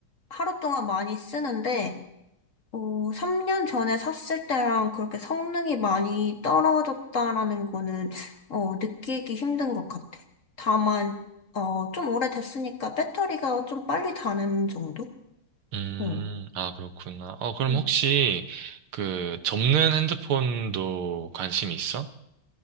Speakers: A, on the left; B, on the right.
A: 하루 동안 많이 쓰는데, 어, 3년 전에 샀을 때랑 그렇게 성능이 많이 떨어졌다라는 거는, 어, 느끼기 힘든 것 같아. 다만, 어, 좀 오래됐으니까 배터리가 좀 빨리 다는 정도?
B: 음,
A: 어.
B: 아, 그렇구나. 어, 그럼
A: 음.
B: 혹시 그 접는 핸드폰도 관심이 있어?